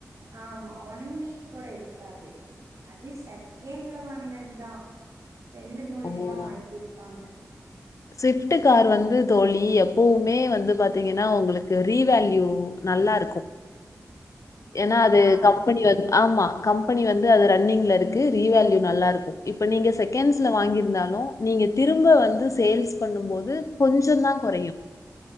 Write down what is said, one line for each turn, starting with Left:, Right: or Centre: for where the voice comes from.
Right: ஆமா ஆஹ் ஒன் வீக் கூட இருக்காது அது செக்கேண்ட்ல வாங்குனது தா ரெண்டு மூலியமா
Left: ஓ
Right: வாங்கிருக்காங்க
Left: ஸ்விஃப்ட் கார் வந்து தோழி எப்போவுமே வந்து பாத்தீங்கன்னா உங்குளுக்கு ரீவேல்யூ நல்லா இருக்கு
Right: அப்டிங்களா
Left: ஏனா அது கம்பெனி வந் து ஆமா கம்பெனி வந்து அது ரன்னிங்ல இருக்கு ரீவேல்யூ நல்லா இருக்கும் இப்ப நீங்க செக்கேண்ஸ்ல வாங்கிருந்தாலு நீங்க திரும்ப வந்து சேல்ஸ் பண்ணும் போது கொஞ்ச தான் குறையு